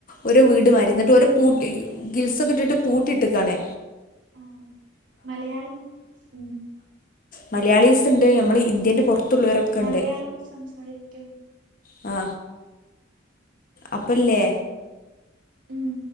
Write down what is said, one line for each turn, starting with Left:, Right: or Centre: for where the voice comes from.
Left: ഒരു
Right: ഉം
Left: വീട് മാതിരി ഇന്നട് ഒരു പൂട്ടി ഗിൽസൊക്കെട്ടിട്ട് പൂട്ടിട്ടക്കാണേ
Right: മം മലയാളം മം
Left: മലയാളീസ് ഇണ്ട് ഞമ്മള് ഇന്ത്യന്റെ പൊറ പുറത്ത് ഉള്ളോരൊക്കെ
Right: മലയാളം
Left: ഉണ്ട്
Right: സംസാരിക്കും
Left: ആ അപ്പഠ ല്ലേ
Right: ഉമ്